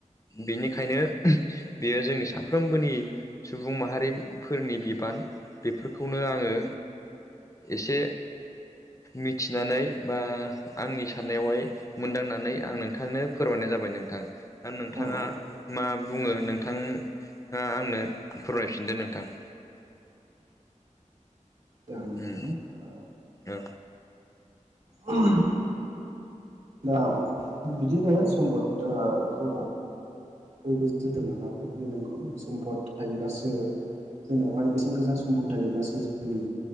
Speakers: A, on the left (about 25°); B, on the right (about 60°).
A: बेनिखायनो बेयो जोंनि साफ्रोमबोनि सुबुं माहारिफोरनि बिबान बेफोरखौनो आङो एसे मिथिनानै बा आंनि साननायावहाय मोनदांनानै आं नोंथांनो फोरमायनाय जाबाय नोंथां दा नोंथाङा
B: औ
A: मा बुङो नोंथाङा आंनो फोरमायफिनदो नोंथां <inaudible>
B: दा नोंथां
A: उम
B: ओ
A: औ
B: उम दा बिदिनो सम्पदखौ बयबो जोथोन लानांगौ बे नंगौ सम्पद थायोब्लासो जोंनावहाय बेसेन गोसा सम्फद थायोब्लासो जोंनि